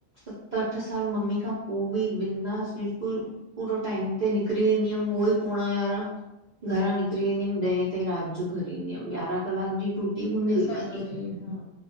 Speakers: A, on the right; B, on the left.
A: सत अठ साल मम्मी खां पोइ बि बिन्दास बिल्कुल पूरो टाइम ते निकिरी वेंदी हुयमि उहो ई पोणा यारांह घरां निकिरी वेंदी हुयमि ॾहें ताईं राति जो घरु ईंदी हुअमि यारहां क्लाक जी ड्यूटी हूंदी हुई
B: ऐं सॼो
A: मुंहिंजी
B: ॾींहुं हा,